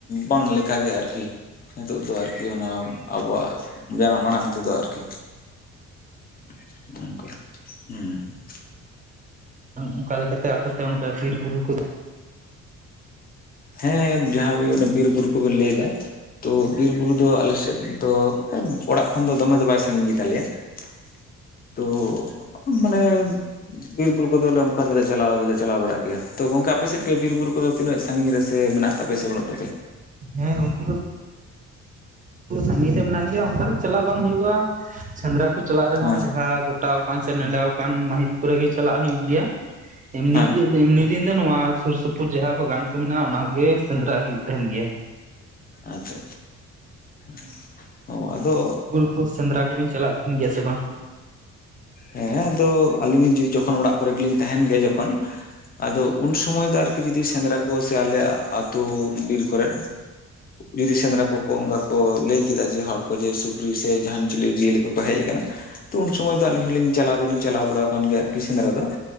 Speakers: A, on the left; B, on the right.
A: ᱵᱟᱝ ᱞᱮᱠᱟᱜᱮ ᱟᱨᱠᱤ᱾ ᱱᱤᱛᱚᱜ ᱫᱚ ᱟᱨᱠᱤ ᱚᱱᱟ ᱟᱵᱚᱣᱟᱜ ᱡᱟᱱᱟᱢ ᱟᱲᱟᱝ ᱛᱮᱫᱚ ᱟᱨᱠᱤ᱾ <unintelligible> ᱦᱩᱸ
B: ᱚᱱᱠᱟ ᱞᱮᱠᱟᱛᱮ ᱟᱯᱮ ᱥᱮᱫ ᱚᱱᱠᱟ ᱵᱤᱨ ᱵᱩᱨᱩ ᱠᱚᱫᱚ
A: ᱦᱮᱸ ᱡᱟᱦᱟᱸ ᱵᱤᱨ ᱵᱩᱨᱩ ᱠᱚᱵᱤᱱ ᱞᱟᱹᱭ ᱫᱟ᱾ ᱛᱚ ᱵᱤᱨ ᱵᱩᱨᱩ ᱫᱚ ᱟᱞᱮ ᱥᱮᱫ ᱫᱚ ᱚᱲᱟᱜ ᱠᱷᱚᱱ ᱫᱚ ᱫᱚᱢᱮ ᱫᱚ ᱵᱟᱭ ᱥᱟᱺᱜᱤᱧ ᱜᱮᱛᱟᱞᱮᱭᱟ ᱾ ᱛᱚ ᱢᱟᱱᱮ ᱵᱤᱨ ᱵᱩᱨᱩ ᱠᱚᱫᱚᱞᱮ ᱚᱱᱠᱟ ᱫᱚ ᱪᱟᱞᱟᱣ ᱫᱚᱞᱮ ᱪᱟᱞᱟᱣ ᱵᱟᱲᱟᱜ ᱜᱮᱭᱟ ᱛᱚ ᱜᱚᱝᱠᱮ ᱟᱯᱮ ᱥᱮᱫ ᱜᱮ ᱵᱤᱨ ᱵᱩᱨᱩ ᱠᱚᱫᱚ ᱛᱤᱱᱟᱹᱜ ᱥᱟᱺᱜᱤᱧ ᱨᱮ? ᱥᱮ ᱢᱮᱱᱟᱜ ᱛᱟᱯᱮ ᱥᱮ ᱵᱟᱹᱱᱩᱜ ᱛᱟᱯᱮ
B: ᱦᱮᱸ ᱜᱚᱢᱠᱮ <unintelligible> ᱥᱟᱸᱜᱤᱧ ᱨᱮ ᱢᱮᱱᱟᱜ ᱜᱮᱭᱟ ᱚᱱᱠᱟ ᱫᱚ ᱪᱟᱞᱟᱜ ᱵᱟᱝ ᱦᱩᱭᱩᱜᱼᱟ ᱥᱮᱸᱫᱽᱨᱟ ᱠᱚ ᱪᱟᱞᱟᱜ ᱨᱮᱦᱚᱸ
A: ᱦᱮᱸ
B: ᱡᱟᱦᱟᱸ ᱜᱚ ᱜᱚᱴᱟᱣ ᱠᱟᱱ ᱥᱮ ᱱᱮᱰᱟᱣ ᱠᱟᱱ ᱢᱟᱹᱦᱤᱛ ᱠᱚᱨᱮ ᱜᱮ ᱪᱟᱞᱟᱜ ᱦᱩᱭᱩᱜ ᱜᱮᱭᱟ ᱮᱢᱱᱤ
A: ᱦᱮᱸ
B: ᱠᱤ ᱮᱢᱱᱤ ᱤᱧ ᱫᱚ ᱱᱚᱣᱟ ᱥᱩᱨ ᱥᱩᱯᱩᱨ ᱡᱟᱦᱟᱸ ᱵᱟᱜᱟᱱ ᱠᱚ ᱢᱮᱱᱟᱜᱼᱟ ᱚᱱᱟ ᱠᱚ ᱜᱮ ᱥᱮᱸᱫᱽᱨᱟ ᱦᱩᱭᱩᱜ ᱛᱟᱦᱮᱱ ᱜᱮᱭᱟ ᱾
A: ᱟᱪᱪᱷᱟ ᱟᱪᱪᱷᱟ ᱟᱫᱚ
B: ᱠᱷᱩᱵ ᱥᱮᱸᱫᱽᱨᱟ ᱠᱚᱵᱤᱱ ᱪᱟᱞᱟᱜ ᱛᱟᱦᱮᱱ ᱜᱮᱭᱟ ᱥᱮ ᱵᱟᱝ?
A: ᱦᱮᱸ ᱟᱫᱚ ᱟᱹᱞᱤᱧ ᱡᱚᱠᱷᱚᱱ ᱚᱲᱟᱜ ᱠᱚᱨᱮ ᱜᱮᱞᱤᱧ ᱛᱟᱦᱮᱱ ᱜᱮᱭᱟ ᱡᱚᱠᱷᱚᱱ᱾ ᱟᱫᱚ ᱩᱱ ᱥᱚᱢᱚᱭ ᱫᱚ ᱟᱨᱠᱤ ᱡᱩᱫᱤ ᱥᱮᱸᱫᱽᱨᱟ ᱠᱚ ᱥᱮ ᱟᱞᱮᱭᱟᱜ ᱟᱹᱛᱩ ᱵᱤᱨ ᱠᱚᱨᱮ᱾ ᱡᱩᱫᱤ ᱥᱮᱸᱫᱽᱨᱟ ᱠᱚ ᱠᱚ ᱚᱱᱠᱟ ᱠᱚ ᱞᱟᱹᱭ ᱠᱮᱫᱟ ᱡᱮ ᱦᱚᱲ ᱠᱚ ᱡᱮ ᱥᱩᱠᱨᱤ ᱥᱮ ᱡᱟᱦᱟᱱ ᱪᱤᱞᱤ ᱡᱤᱭᱟᱹᱞᱤ ᱠᱚᱠᱚ ᱦᱮᱡ ᱠᱟᱱᱟ᱾ ᱛᱚ ᱩᱱ ᱥᱚᱢᱚᱭ ᱫᱚ ᱟᱹᱞᱤᱧ ᱦᱚᱸᱞᱤᱧ ᱪᱟᱞᱟᱣ ᱫᱚᱞᱤᱧ ᱪᱟᱞᱟᱣ ᱵᱟᱲᱟ ᱠᱟᱱ ᱜᱮᱭᱟ ᱟᱨᱠᱤ ᱥᱮᱸᱫᱽᱨᱟ ᱫᱚ ᱾